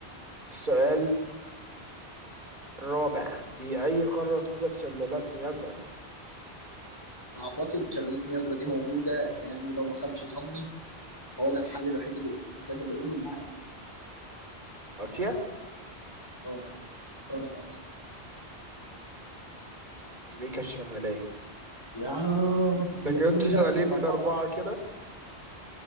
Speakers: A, on the right; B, on the left.
A: السؤال الرابع في أي قارة توجد شلالات نياجرا
B: اعتقد شلالات نياجرا دي موجوده يعني لو ما خابش ظني هو ده الحل الوحيد اللي قدامي اللي اقوله انها اسيا
A: آسيا
B: اه قارة آسيا
A: أمريكا الشمالية
B: يا ربي
A: انت جاوبت
B: أنا كل
A: سؤالين
B: ده واحد من
A: من
B: أربعة
A: أربعة كده